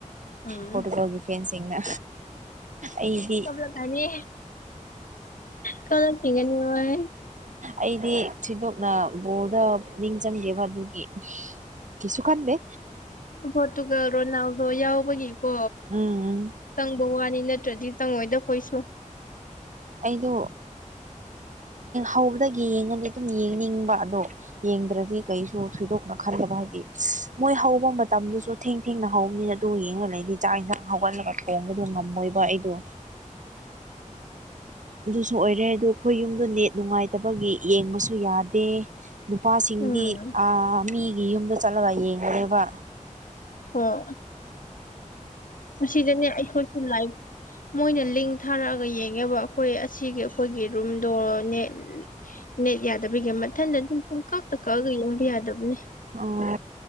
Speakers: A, on the left (about 85°); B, on the right (about 65°).
A: ꯎꯝ
B: ꯄꯣꯔꯇꯨꯒꯜꯒꯤ ꯐꯦꯟꯁꯤꯡꯅ ꯑꯩꯗꯤ
A: ꯀꯥꯞꯂꯛꯒꯅꯤ ꯀꯥꯞꯂꯛꯈꯤꯒꯅꯤ ꯃꯣꯢ
B: ꯑꯩꯗꯤ ꯊꯣꯏꯗꯣꯛꯅ ꯕꯣꯜꯗ ꯄꯨꯛꯅꯤꯡ ꯆꯪꯗꯦꯕ ꯑꯗꯨꯒꯤ ꯀꯩꯁꯨ ꯈꯥꯟꯗꯦ
A: ꯄꯣꯠꯇꯨꯒꯜ ꯔꯣꯅꯥꯟꯗꯣ ꯌꯥꯎꯕꯒꯤꯀꯣ
B: ꯎꯝ
A: ꯆꯪꯕ ꯋꯥꯅꯤ ꯅꯠꯇ꯭ꯔꯗꯤ ꯆꯪꯉꯣꯏꯗ ꯈꯣꯏꯁꯨ
B: ꯑꯩꯗꯣ ꯍꯧꯕꯗꯒꯤ ꯌꯦꯡꯉꯗꯤ ꯑꯗꯨꯝ ꯌꯦꯡꯅꯤꯡꯕ ꯑꯗꯣ ꯌꯦꯡꯗ꯭ꯔꯗꯤ ꯀꯩꯁꯨ ꯊꯣꯏꯗꯣꯛꯅ ꯈꯟꯗꯦꯕ ꯍꯥꯏꯗꯤ ꯃꯣꯏ ꯍꯧꯕ ꯃꯇꯝꯗꯨꯁꯨ ꯊꯦꯡ ꯊꯦꯡꯅ ꯍꯧꯕꯅꯤꯅ ꯑꯗꯨ ꯌꯦꯡꯒꯜꯂꯗꯤ ꯆꯥꯛ ꯏꯟꯁꯥꯡ ꯍꯧꯒꯠꯂꯒ ꯊꯣꯡꯕꯗꯨ ꯉꯝꯃꯣꯏꯕ ꯑꯩꯗꯣ ꯑꯗꯨꯁꯨ ꯑꯣꯏꯔꯦ ꯑꯗꯣ ꯑꯩꯈꯣꯏ ꯌꯨꯝꯗꯣ ꯅꯦꯠ ꯅꯨꯡꯉꯥꯏꯇꯕꯒꯤ ꯌꯦꯡꯕꯁꯨ ꯌꯥꯗꯦ ꯅꯨꯄꯥꯁꯤꯡꯗꯤ
A: ꯎꯝ
B: ꯃꯤꯒꯤ ꯌꯨꯝꯗ ꯆꯠꯂꯒ ꯌꯦꯡꯉꯦ ꯀꯔꯤꯕ
A: ꯍꯣꯏ ꯑꯁꯤꯗꯅꯦ ꯑꯩꯈꯣꯏꯁꯨ ꯂꯥꯏꯚ ꯃꯣꯏꯅ ꯂꯤꯡ ꯊꯥꯔꯛꯑꯒ ꯌꯦꯡꯉꯦꯕ ꯑꯩꯈꯣꯏ ꯑꯁꯤꯒꯤ ꯑꯩꯈꯣꯏꯒꯤ ꯔꯨꯝꯗꯣ ꯅꯦꯠ ꯅꯦꯠ ꯌꯥꯗꯕꯒꯤ ꯃꯊꯟꯗ ꯄꯨꯡ ꯄꯨꯡꯀꯛꯇ ꯀꯛꯑꯒ ꯌꯦꯡꯕ ꯌꯥꯗꯕꯅꯦ
B: ꯑꯣ ꯍꯣꯏ